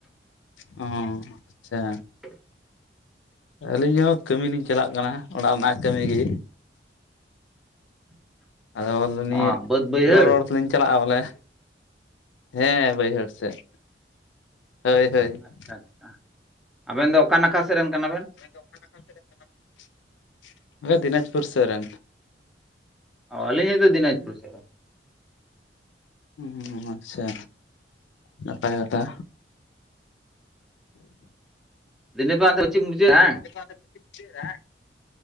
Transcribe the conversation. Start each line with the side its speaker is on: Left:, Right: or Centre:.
Left: ᱚ ᱟᱪᱪᱷᱟ
Centre: <inaudible>
Left: ᱟᱹᱞᱤᱧ ᱦᱚᱸ ᱠᱟᱹᱢᱤ ᱞᱤᱧ ᱪᱟᱞᱟᱜ ᱠᱟᱱᱟ ᱚᱲᱟᱜ ᱨᱮᱱᱟᱜ ᱠᱟᱹᱢᱤ ᱜᱮ᱾
Centre: <inaudible>
Left: ᱟᱫᱚ ᱱᱤᱭᱟᱹ
Centre: ᱚ ᱵᱟᱹᱫ ᱵᱟᱹᱭᱦᱟᱹᱲ
Left: ᱨᱚᱨᱚᱲ ᱞᱤᱧ ᱪᱟᱞᱟᱜᱼᱟ ᱵᱚᱞᱮ ᱦᱮᱸ ᱵᱟᱹᱭᱦᱟᱹᱲ ᱥᱮᱫ᱾ ᱦᱳᱭ ᱦᱳᱭ
Centre: ᱟᱪᱪᱷᱟ ᱟᱪᱪᱷᱟ ᱟᱵᱮᱱ ᱫᱚ ᱚᱠᱟ ᱱᱟᱠᱷᱟ ᱥᱮᱫ ᱨᱮᱱ ᱠᱟᱱᱟ ᱵᱮᱱ
Left: <unintelligible> ᱫᱤᱱᱟᱡᱽᱯᱩᱨ ᱥᱮᱜᱨᱮ
Centre: ᱟᱹᱞᱤᱧ ᱦᱚᱛᱚ ᱫᱤᱱᱟᱡᱽᱯᱩᱨ ᱥᱮᱫ᱾ ᱨᱮᱱ
Left: ᱦᱩᱸ ᱟᱪᱪᱷᱟ ᱱᱟᱯᱟᱭ ᱠᱟᱛᱷᱟ᱾
Centre: <unintelligible>
Left: <unintelligible>